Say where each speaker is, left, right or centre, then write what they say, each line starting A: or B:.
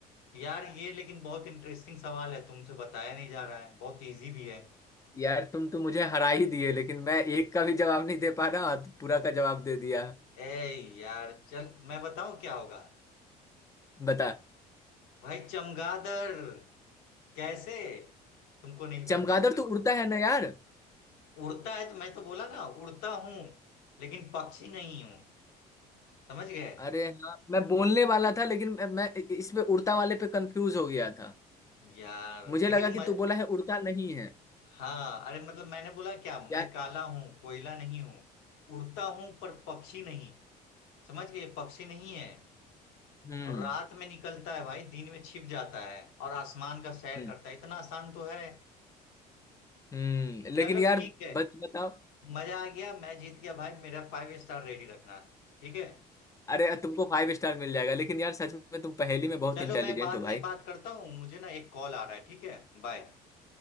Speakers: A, on the left; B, on the left.
A: यार ये लेकिन बहुत इंटरेस्टिंग सवाल है तुमसे बताया नहीं जा रहा है बहुत इजी भी है
B: यार तुम तो मुझे हरा ही दिए लेकिन मैं एक का भी जवाब नहीं दे पा रहा तो पूरा का जवाब दे दिया
A: ए यार चल मैं बताऊं क्या होगा
B: <laughs> बता
A: भाई चमगादड़ कैसे तुमको नहीं
B: चमगादड़
A: पता इसका
B: तो
A: जवाब
B: उड़ता है ना यार
A: उड़ता है तो मैं तो बोला ना उड़ता हूं लेकिन पक्षी नहीं हूं समझ गए
B: अरे हाँ मैं बोलने वाला था लेकिन मैं मैं इस पे उड़ता वाले पे कंफ्यूज हो गया था
A: यार
B: मुझे
A: लेकिन
B: लगा कि
A: म...
B: तू बोला है उड़ता नहीं है
A: हाँ अरे मतलब मैंने बोला क्या
B: यार
A: मैं काला हूं कोयला नहीं हूं उड़ता हूं पर पक्षी नहीं समझ गए पक्षी नहीं है
B: हम्म
A: और रात में निकलता है भाई दिन में छिप जाता है और आसमान का सैर
B: हम्म।
A: करता है इतना आसान तो है
B: हम्म लेकिन
A: चलो
B: यार
A: ठीक है
B: बस बताओ
A: मजा आ गया मैं जीत गया भाई मेरा फाइव स्टार रेडी रखना ठीक है
B: अरे तुमको फाइव स्टार मिल जाएगा लेकिन यार सच में तुम पहेली में बहुत
A: चलो
B: इंटेलिजेंट
A: मैं बाद
B: हो भाई
A: में बात करता हूँ मुझे ना एक कॉल आ रहा है ठीक है bye